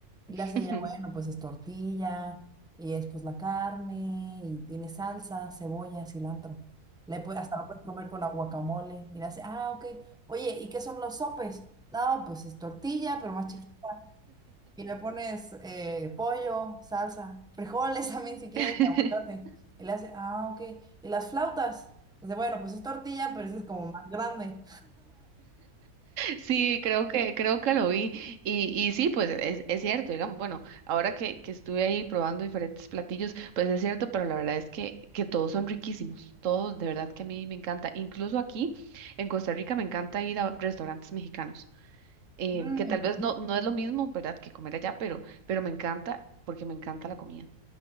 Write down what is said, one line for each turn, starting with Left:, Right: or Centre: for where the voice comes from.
Centre: Y
Right: ujú.
Centre: le hace ella, bueno, pues es tortilla y es pues la carne y tiene salsa, cebolla, cilantro. Le puede, hasta lo puedes comer con aguacamole. Y le hace, ah, ok. Oye, ¿y qué son los sopes? No, pues es tortilla, pero más chiquita. Y le pones eh, pollo, salsa, frijoles <laughs> también si quieres,
Right: <laughs>
Centre: aguacate.
Right: <laughs>
Centre: Y le hace, ah, ok. ¿Y las flautas? Dice, bueno, pues es tortilla, pero ese es como más grande.
Right: Sí, creo que, creo que lo vi. Y, y sí, pues es, es cierto, digamos, bueno, ahora que, que estuve ahí probando diferentes platillos, pues es cierto, pero la verdad es que, que todos son riquísimos, todos, de verdad que a mí me encanta. Incluso aquí en Costa Rica me encanta ir a restaurantes mexicanos, em,
Centre: Mm.
Right: que tal vez no, no es lo mismo, ¿verdad?, que comer allá, pero, pero me encanta porque me encanta la comida.